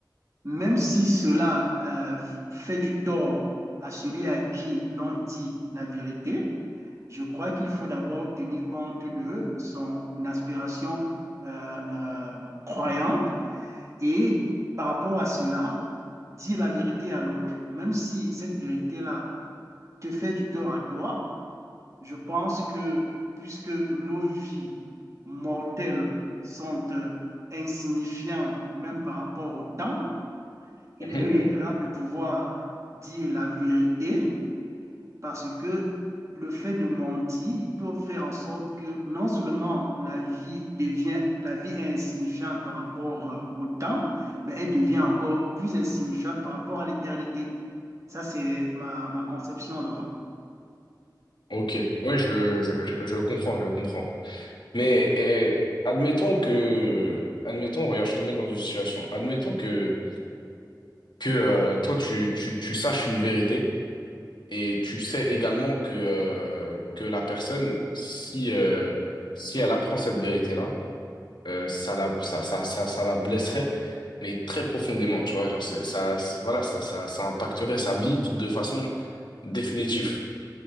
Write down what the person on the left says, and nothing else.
Mhm.
Ok, oui, je, je, je je comprends, je comprends. Mais eh, admettons que, admettons, regarde, je te mets dans une situation. Admettons que que euh, toi tu, tu tu saches une vérité et tu sais également que euh, que la personne, si euh, si elle apprend cette vérité-là, euh, ça la, ça, ça, ça, ça la blesserait, mais très profondément, tu vois, genre, c'est, ça, c'est- voilà, ça, ça, ça impacterait sa vie de façon définitive,